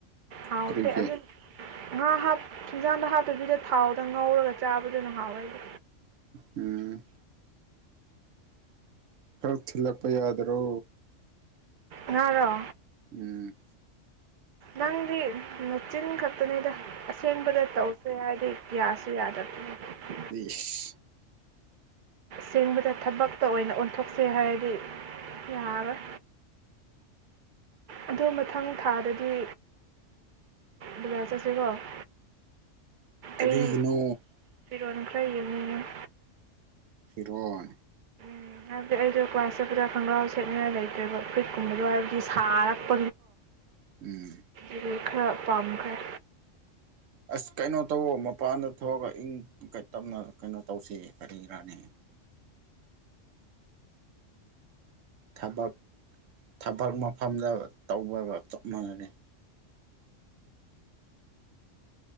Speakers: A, on the right; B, on the right.
A: ꯍꯥꯎꯇꯦ
B: ꯀꯔꯤꯒꯤ
A: ꯑꯗꯨ ꯉꯥ ꯍꯥꯞ ꯍꯤꯡꯖꯥꯡꯗ ꯍꯥꯞꯇꯕꯤꯗ ꯊꯥꯎꯗ ꯉꯧꯔꯒ ꯆꯥꯕꯗꯨꯅ ꯍꯥꯎꯋꯦꯗ
B: ꯎꯝ ꯈꯔ ꯊꯤꯜꯂꯛꯄ ꯌꯥꯗꯔꯣ
A: ꯉꯥꯔꯣ
B: ꯎꯝ
A: ꯅꯪꯗꯤ ꯃꯆꯤꯟ ꯈꯛꯇꯅꯤꯗ ꯑꯁꯦꯡꯕꯗ ꯇꯧ ꯍꯥꯏꯗꯤ ꯌꯥꯁꯨ ꯌꯥꯗꯕꯗꯨꯕꯣ
B: <unintelligible>
A: ꯁꯦꯡꯕꯗ ꯊꯕꯛꯇ ꯑꯣꯏꯅ ꯑꯣꯟꯊꯣꯛꯆꯦ ꯍꯥꯏꯔꯗꯤ ꯌꯥꯔꯣꯏ ꯑꯗꯨ ꯃꯊꯪ ꯊꯥꯗꯗꯤ ꯕꯥꯖꯔ ꯆꯠꯁꯤꯀꯣ <unintelligible>
B: ꯀꯔꯤꯒꯤꯅꯣ
A: ꯑꯩ ꯐꯤꯔꯣꯟ ꯈ꯭ꯔ ꯌꯦꯡꯅꯤꯡꯉꯦ
B: ꯐꯤꯔꯣꯟ
A: ꯎꯝ ꯍꯥꯏꯕꯗꯤ ꯑꯩꯗꯣ ꯀ꯭ꯂꯥꯁ ꯆꯠꯄꯗ ꯈꯣꯡꯒ꯭ꯔꯥꯎ ꯁꯦꯠꯅꯤꯡ ꯉꯥꯏ ꯂꯩꯇ꯭ꯔꯦꯕ ꯐꯨꯔꯤꯠꯀꯨꯝꯕꯗꯣ ꯍꯥꯏꯕꯗꯤ ꯁꯥꯔꯒ <unintelligible>
B: ꯎꯝ
A: ꯑꯗꯨꯣꯏ ꯈꯔ ꯄꯥꯝꯈꯔꯦ
B: ꯑꯁ ꯀꯩꯅꯣ ꯇꯧꯑꯣ ꯃꯄꯥꯟꯗ ꯊꯣꯛꯑꯒ ꯏꯪ ꯇꯞꯅ ꯀꯩꯅꯣ ꯇꯧꯁꯤ ꯀꯔꯤꯔꯥꯅꯦ ꯊꯕꯛ ꯊꯕꯛ ꯃꯐꯝꯗ ꯇꯧꯕꯒ ꯆꯞ ꯃꯥꯟꯅꯔꯦ